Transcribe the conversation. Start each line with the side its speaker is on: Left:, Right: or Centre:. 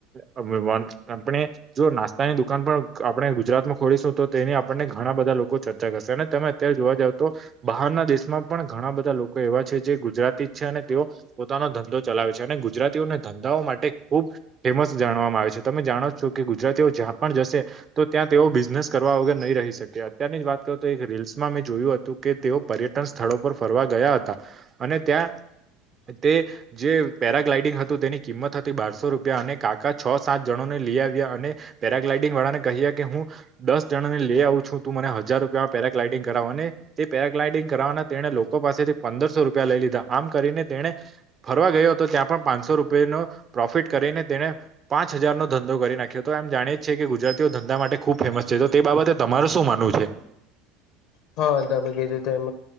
Right: આપણે જો નાસ્તાની દુકાન પણ આપણે ગુજરાતમાં ખોલીશું તો તેની આપણને ઘણા બધા લોકો ચર્ચા કરશે અને તમે અત્યારે જોવા જાવ તો બહારના દેશમાં પણ ઘણા બધા લોકો એવા છે જે ગુજરાતી જ છે અને તેઓ પોતાનો ધંધો ચલાવે છે અને ગુજરાતીઓને ધ ા માટે ખુબ ફેમસ જાણવામાં આવે છે તમે જાણો છો કે ગુજરાતીઓ જ્યાં પણ જશે તો ત્યાં તેઓ બિઝનેસ કરવા વગર નહી રહી શકે અત્યારની જ વાત કરો તો એક રીલ્સમાં મેં જોયું હતું કે તેઓ પર્યટન સ્થળો પર ફરવા ગયા હતા અને ત્યાં તે જે પેરાગ્લાઈડિંગ હતું તેની કિંમત હતી બારસો રૂપિયા અને કાકા છ સાત જણને લઈ આવ્યા અને પેરાગ્લાઇડિંગ વાળા કહ કે હું દસ જણા ને લઈ આવું છું તું મને હજાર રૂપિયામાં પેરાગ્લાઇડિંગ કરાવવાને તે પેરાગ્લાઇડિંગ કરના તેને લોકો પાસેથી પંદરસો રૂપિયા લઈ લીધા આમ કરીને તેને ફરવા ગયો હતો ત્યાં પણ પાંચોૂ ો પ્રોફિટ કરીને તેને પાંચ હજાર નો ધંધો કરી નાખ્યો હતો એમ જાણીએી કે તેઓ ધંધા માટે ખુબ ફેમસ છે તો તે બાબતે તમારરે શું માનવું છે
Left: હા તમે કીધું ત એમ